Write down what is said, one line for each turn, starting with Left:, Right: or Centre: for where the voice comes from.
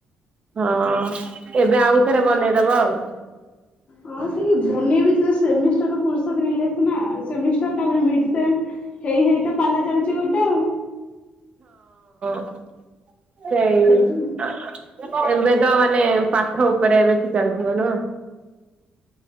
Right: ହଁ ଏବେ ଆଉଥରେ ବନେଇଦବ ଆଉ
Left: ହଁ ସେଇ ବନେଇବଥିଲେ ସେମିଷ୍ଟାର ଫୁରୁଷତ୍ୱ ହେଲେ ସିନା ସେମିଷ୍ଟାର ତାପରେ <inaudible> ହେଇ ହେଇ ପାଲା ଚାଲୁଛି ଗୋଟେ ଆଉ
Right: <inaudible> ସେଇଆ
Left: ହଁ
Right: ଆ ଏବେ ତ ମାନେ ପାଠ ଉପରେ ବେଶି ଚାଲଥିବ ନୁହଁ